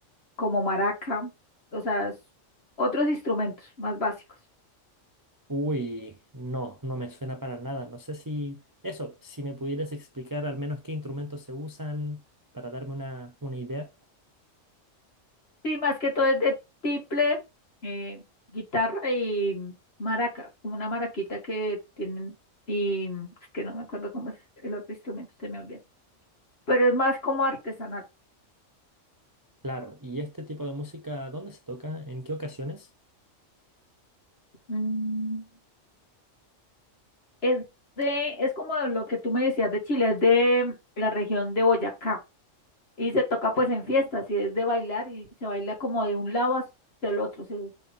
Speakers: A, on the left (about 50°); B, on the right (about 25°).
A: como maraca. O sea, es- otros instrumentos más básicos.
B: Uy, no, no me suena para nada. No sé si eso, si me pudieras explicar al menos qué instrumentos se usan para darme una, una idea.
A: Sí, más que todo es de tiple, eh, guitarra y maraca, como una maraquita que tienen, y es que no me acuerdo cómo es el otro instrumento, se me olvida. Pero es más como artesanal.
B: Claro, ¿y este tipo de música dónde se toca? ¿En qué ocasiones?
A: Mm, Es de, es como lo que tú me decías de Chile, es de la región de Boyacá. Y se toca pues en fiestas, y es de bailar, y se baila como de un lado hacia el otro, se-